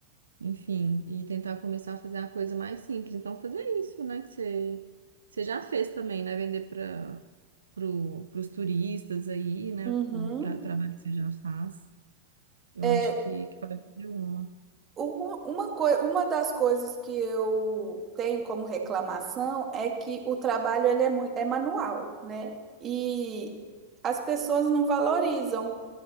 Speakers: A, on the right (about 75°); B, on the right (about 25°).
A: Enfim, e tentar começar a fazer uma coisa mais simples. Então, fazer isso, né? Que você, que você já fez também, né? Vender para pro, os turistas aí, né?
B: uhum.
A: O, tra- trabalho que você já faz. Eu
B: É,
A: acho que, que pode ser uma.
B: u- uma, coi- uma das coisas que eu tenho como reclamação é que o trabalho ele é, mui- é manual, né? E as pessoas não valorizam.